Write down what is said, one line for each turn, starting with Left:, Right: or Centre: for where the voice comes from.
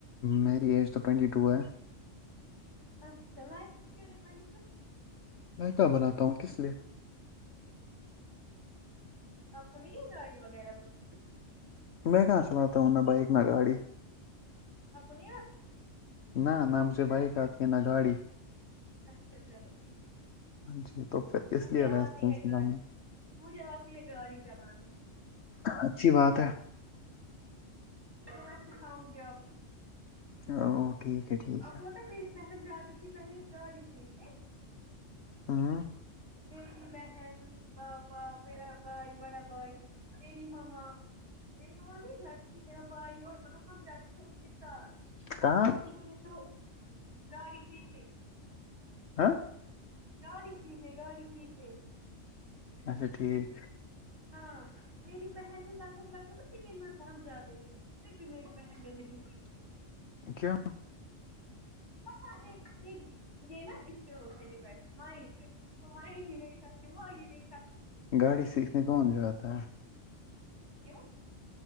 Left: میری ایج تو ٹوینٹی ٹو ہے
Right: اچا لائسینس کیوں نہیں بنی پھر
Left: میں کا بناتا ہوں کس لیے
Right: آپ کو نہیں ہے گاڑی وغیرہ کچھ
Left: میں کہاں چلاتا ہوں نہ بائک نہ گاڑی
Right: آپ کو نہیں آتی
Left: نہ نہ مجھے بائیک آتی ہے نہ گاڑی
Right: اچھا چلو ٹھیک ہے
Left: ہاں جی تو پھر اس
Right: مجھے
Left: لیے لائسنس
Right: آتی ہے
Left: نکالنی
Right: گاڑی مجھے آتی ہے گاڑی چلانی
Left: اچھی بات ہے
Right: ہاں میں سکھاؤں گی آپ کو
Left: ہاو ٹھیک ہے ٹھیک
Right: آپ
Left: ہے
Right: ہوتا میری بہن جاتی تھی پہلے گاڑی پہ ہے
Left: ہاں
Right: میری بہن پاپا میرا بھائی بڑا بھائی میری مما میری تو وہاں نہیں جاتی تھی میرا بھائی اور مطلب ہم جاتے تھے ان کے ایک ساتھ لگ
Left: کہاں
Right: بھگ انہوں نے تو گاڑی سیکھلی
Left: ہاں
Right: گاڑی سیکھ لے گاڑی سیکھ لے
Left: اچھا ٹھیک
Right: ہاں میری بہن لگ بھگ لگ بھگ تین میں تھک جاتے تھے پھر بھی میری بہن نے نہیں سیکھی
Left: کیا
Right: پتہ نہیں کہ یہ نا اس پہ ہوتے ہیں ڈپینڈ مائنڈ پہ اس کو مائنڈ ہی نہیں تھا دماغ ہی نہیں تھا
Left: گاڑی سے سیکھنے کون جاتا ہے
Right: کیوں